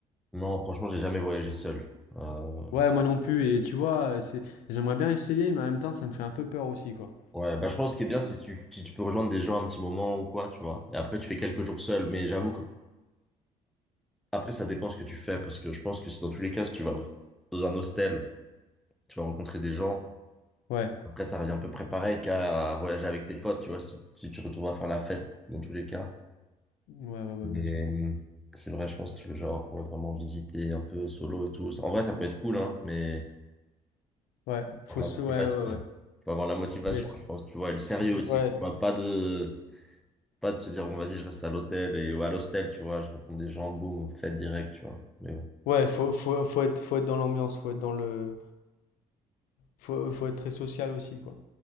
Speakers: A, in the centre; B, on the left (about 85°).
A: non, franchement, j'ai jamais voyagé seul. Euh,
B: Ouais, moi non plus. Et tu vois, euh, c'est, j'aimerais bien essayer, mais en même temps, ça me fait un peu peur aussi, quoi.
A: ouais, bah, je pense que ce qui est bien, c'est si tu, si tu peux rejoindre des gens un petit moment ou quoi, tu vois. Et après, tu fais quelques jours seul. Mais j'avoue que après, ça dépend ce que tu fais. Parce que je pense que si dans tous les cas, si tu vas dans un hostel, tu vas rencontrer des gens.
B: Ouais.
A: Après, ça revient un peu préparé qu'à voyager avec tes potes, tu vois, si tu, si tu retournes à faire la fête, dans tous les cas.
B: Ouais, ouais, ouais, bien
A: Et
B: sûr.
A: euh, c'est vrai, je pense que tu veux genre ouais, vraiment visiter un peu solo et tout. En vrai, ça peut être cool, hein, mais
B: Ouais,
A: faut
B: faut
A: avoir
B: se,
A: la motivation.
B: ouais, ouais, ouais.
A: Faut avoir la motivation,
B: Mais c'est-
A: je pense, tu vois, et le sérieux
B: c'est-
A: aussi.
B: Ouais.
A: Tu vois, pas de pas de se dire bon vas-y, je reste à l'hôtel et ou à l'hostel, tu vois, je rencontre des gens, boum, fête direct, tu vois. Mais
B: Ouais, faut, faut, faut être, faut être dans l'ambiance, faut être dans le, faut, faut être très social aussi, quoi.